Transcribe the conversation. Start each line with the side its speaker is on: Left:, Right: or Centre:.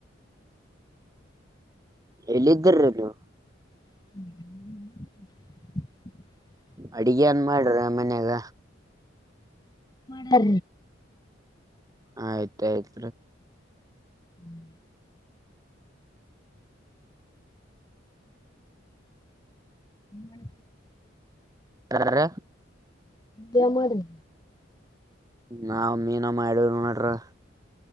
Right: ಎಲ್ಲಿದ್ದರ ನೀವು
Left: ಹ್ಮ
Right: ಅಡಿಗೆ ಅನ್ ಮಾಡ್ರ ಮನ್ಯಾಗ
Left: ಹ
Right: ಆಯ್ತ ಆಯ್ತ್
Left: ಹ್ಮ್ ಮಾಡ
Right: ಬರರ
Left: ಬ ಮಾಡಾರ
Right: ನಾವು ಮೀನ ಮಾಡೀವಿ ನೋಡ್ರಿ